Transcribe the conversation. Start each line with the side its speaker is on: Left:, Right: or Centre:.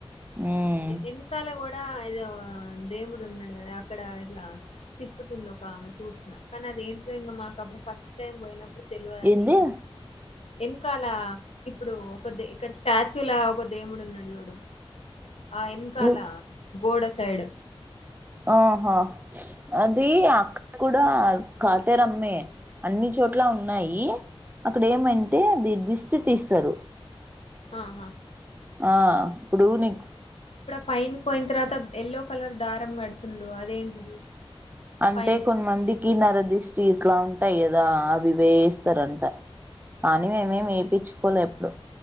Right: మ్మ్
Left: ఎం కలగూడా ఏదో దేవుడు ఉన్నాడు కదా అక్కడ ఇట్లా తిప్పుతుంది ఒక ఆమె చూసిన కానీ అదేంటి ఇంకా మాకు అప్పుడు ఫస్ట్ టైం పోయినప్పుడు ఇప్పుడు తెలియదని
Right: ఏంది
Left: వెనకాల ఇప్పుడు ఒక కొద్ది ఇక్కడ స్టాచ్యూ లా ఒకద్ దేవుడు ఉన్నాడు చూడు ఆ ఎనకాల
Right: యు
Left: గోడసైడ్
Right: ఆహా అది అక్కడ కూడా కాతేేరమ్మే అన్ని చోట్ల ఉన్నాయి అక్కడ ఏమంటే అది దస్ ర్చి తీస్తరు
Left: ఆహా
Right: ఆ ఇప్పుడు నీకు
Left: పైన్ పోయిన తర్వాత ఎల్లో కలర్ దారం కడుతుండు అదేంటిది
Right: అంటే
Left: పైన్
Right: కొన్మందికి నరదిష్ చీట్లా ఉంటాయి కదా వివేస్తారంట కానీ మేమే ఎపించు పోలే ఎప్పుడు